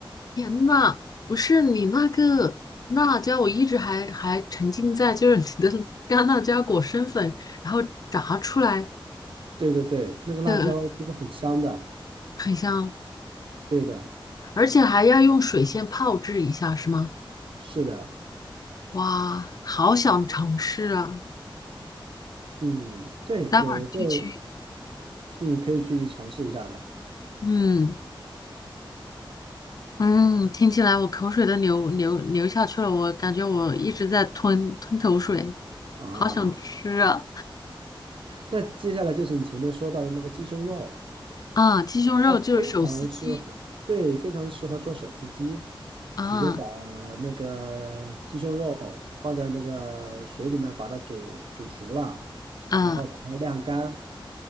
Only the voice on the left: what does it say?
天呐，不是你那个辣椒，我一直还还沉浸在就是你的干辣椒裹生粉，然后炸出来
的很香，
而且还要用水先泡制一下，是吗？
哇，好想尝试啊！
待会儿就去，
嗯。嗯，听起来我口水都流流流下去了，我感觉我一直在吞吞口水，
好想吃啊！
啊，鸡胸肉就是手撕鸡
啊，
啊